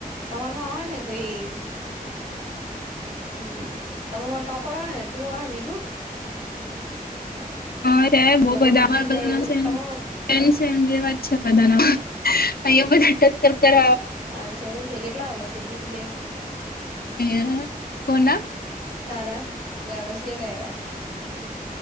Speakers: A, on the right; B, on the left.
A: તમારમાં હોય ને કોઈ હમ તમા ટોપર હો ને તું હો બીજું-
B: હા ત્યા બહુ
A: બધું
B: બધા
A: સમજી
B: અમારે બધા
A: જાય એવું
B: શે એમ
A: તમા
B: છેમ છેમ જેવા જ છે બધાના અહીયા બધા ટક્કર કર
A: અચ્છા એવુ છે કેટલા આવેલા સજીપી એ
B: હે કોના?
A: તારા ડ્રાઈવર સીએ કાહિવા.